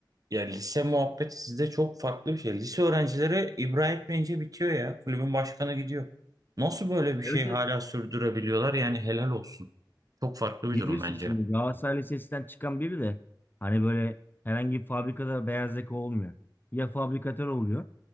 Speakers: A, on the right; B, on the left.
A: Ya lise muhabbeti sizde çok farklı bir şey. Lise öğrencileri ibra etmeyince bitiyor ya. Kulübün başkanı gidiyor. Nasıl böyle bir şey
B: Evet
A: hala
B: evet.
A: sürdürebiliyorlar? Yani helal olsun. Çok farklı bir
B: Bilirsin
A: durum bence.
B: şimdi Galatasaray Lisesi'nden çıkan biri de hani böyle herhangi bir fabrikada beyaz yaka olmuyor. Ya fabrikatör oluyor